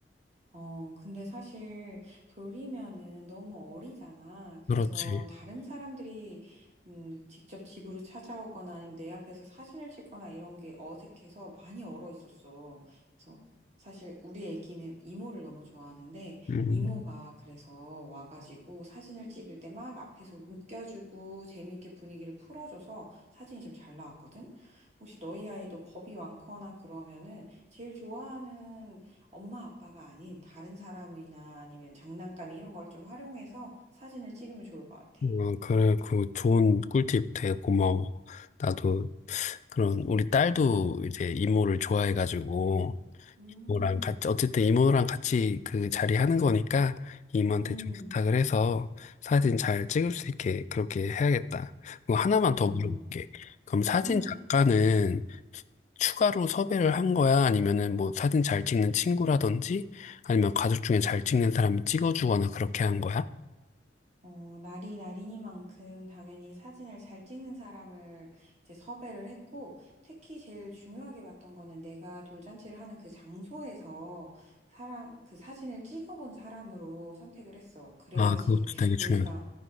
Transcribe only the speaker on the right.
어, 근데 사실 돌리면은 너무 어리잖아. 그래서
다른 사람들이 음, 직접 집으로 찾아오거나 아니면 내 앞에서 사진을 찍거나 이런 게 어색해서 많이 얼어 있었어. 그래서 사실 우리 애기는 이모를 너무 좋아하는데
이모가 그래서 와가지고 사진을 찍을 때 막 앞에서 웃겨주고 재미있게 분위기를 풀어줘서 사진이 좀 잘 나왔거든. 혹시 너희 아이도 겁이 많거나 그러면은 제일 좋아하는 엄마 아빠가 아닌 다른 사람이나 아니면 장난감 이런 걸 좀 활용해서 사진을 찍으면 좋을 것 같아.
음,
음,
음,
음.
어, 날이 날이니만큼 당연히 사진을 잘 찍는 사람을 이제 섭외를 했고, 특히 제일 중요하게 봤던 거는 내가 돌잔치를 하는 그 장소에서 사람, 그 사진을 찍어본 사람으로 선택을 했어. 그래야지
우리가